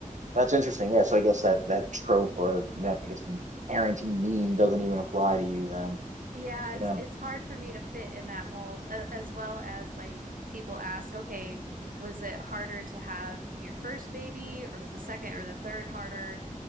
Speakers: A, on the right (about 60°); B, on the right (about 85°).
A: that's interesting. Yeah, so I guess that that trope or that I guess parenting meme doesn't even apply to you then.
B: Yeah, it's
A: Yeah.
B: it's hard for me to fit in that mold, a- as well as like people ask, okay, was it harder to have your first baby, or was the second or the third harder?